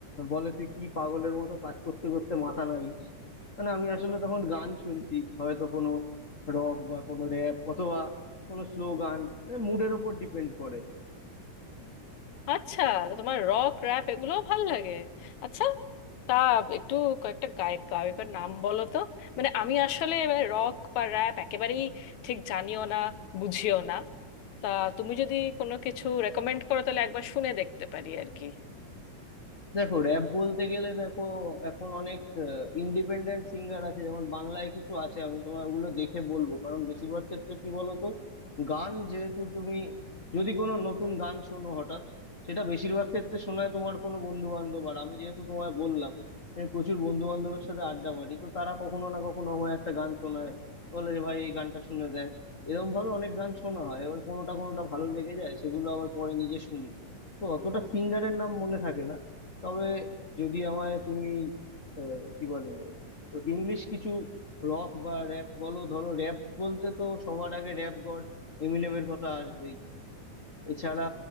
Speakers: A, on the left (about 50°); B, on the left (about 70°).
A: বলে তুই কি পাগলের মতো কাজ করতে করতে মাথা নাড়িস মানে আমি আসলে তখন গান শুনছি হয়তো কোনো রক বা কোনো র্যাপ অথবা কোনো স্লো গান মুডের ওপর ডিপেন্ড করে
B: আচ্ছা তো তোমার রক র্যাপ এগুলোও ভালো লাগে আচ্ছা তা একটু কয়েকটা গায়ক গায়কের নাম বলো তো মানে আমি আসলে রক বা র্যাপ একেবারেই ঠিক জানিও না বুঝিও না তা তুমি যদি কোনো কিছু রেকমেন্ড করো তাহলে একবার শুনে দেখতে পারি আর কি
A: দেখো র্যাপ বলতে গেলে দেখো এখন অনেক ইন্ডিপেন্ডেন্ট সিঙ্গার আছে যেমন বাংলায় কিছু আছে আমি তোমার ওগুলো দেখে বলবো কারণ বেশিরভাগ ক্ষেত্রে কি বলতো গান যেহেতু তুমি যদি কোনো নতুন গান শোনো হঠাৎ সেটা বেশিরভাগ ক্ষেত্রে শোনায় তোমার কোনো বন্ধু বান্ধব আর আমি যেহেতু তোমায় বললাম আমি প্রচুর বন্ধু বান্ধবের সাথে আড্ডা মারি তো তারা কখনো না কখনো আমায় একটা গান শোনায় বলে যে ভাই এই গানটা শুনে দেখ এরকম ভাবে অনেক গান শোনা হয় এবার কোনোটা কোনোটা ভালো লেগে যায় সেগুলো আবার পরে নিজে শুনি তো অতটা সিঙ্গারের নাম মনে থাকে না তবে যদি আমায় তুমি আহ, কি বলে তো ইংলিশ কিছু রক বা র্যাপ বলো ধরো র্যাপ বলতে তো সবার আগে র্যাপ গড এমিনেমের কথা আসবেই এছাড়া